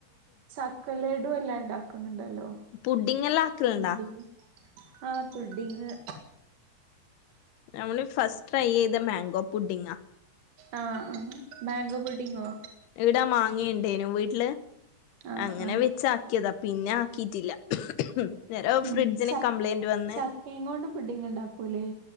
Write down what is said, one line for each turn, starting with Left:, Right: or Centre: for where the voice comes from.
Right: ചക്കലടു എല്ലാം ഉണ്ടാക്കുന്നുണ്ടല്ലോ
Left: പുഡിങ് എല്ലാം ആക്കലുണ്ടാ
Right: പഡും ആ പുഡിങ്
Left: നമ്മള് ഫസ് ട്രൈയ്യേയുത മാങ്കോ പുട്ടിങ്ങ്
Right: ആ ആ മാങ്കോ ബുഡിങ്ങോ?
Left: എവിടാ മാങ്ങിയുണ്ടേനു വീട്ടില്
Right: ആഹ്
Left: അങ്ങനെ
Right: ആഹ്
Left: വെച്ചാക്കിയത്പ്പ പിന്നെ ആക്കിട്ടില്ല നേരെ
Right: ഉ
Left: ഫ്രിഡ്ജിന്
Right: ച
Left: കംപ്ലൈന്റ് വന്ന്
Right: ചക്കയുംയും കൊണ്ട് പുഡിങ് ഉണ്ടാക്കൂലേ?